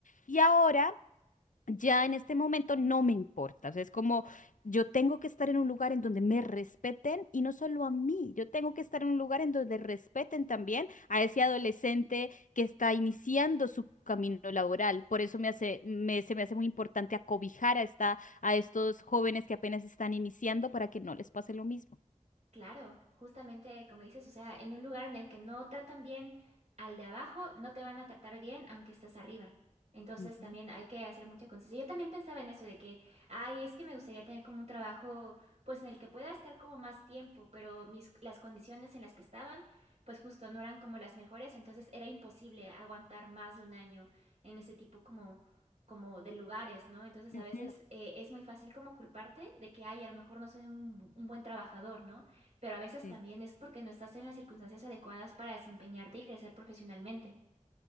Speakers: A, on the left; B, on the right.
A: Y ahora, ya en este momento, no me importa. O sea, es como yo tengo que estar en un lugar en donde me respeten y no solo a mí, yo tengo que estar en un lugar en donde respeten también a ese adolescente que está iniciando su camino laboral. Por eso me hace, me- se me hace muy importante acobijar a, esta, a estos jóvenes que apenas están iniciando para que no les pase lo mismo.
B: Claro, justamente como dices, o sea, en un lugar en el que no tratan bien al de abajo, no te van a tratar bien aunque estás arriba. Entonces
A: Ujú,
B: también hay que hacer mucha conciencia. Yo también pensaba en eso de que, ay, es que me gustaría tener como un trabajo, pues en el que pueda estar como más tiempo, pero mis, las condiciones en las que estaban, pues justo no eran como las mejores, entonces era imposible aguantar más de un año en ese tipo como como de lugares, ¿no? Entonces
A: ujú.
B: a veces eh, es muy fácil como culparte de que, ay, a lo mejor no soy un, un buen trabajador, ¿no? pero a veces
A: Sí,
B: también es porque no estás en las circunstancias adecuadas para desempeñarte y crecer profesionalmente.